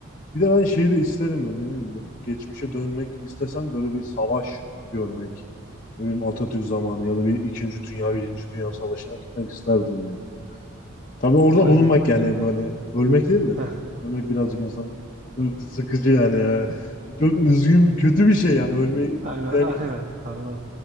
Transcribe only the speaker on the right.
Aynen.
Yani ben.
<laughs>
Aynen
aynen. Sarmaz.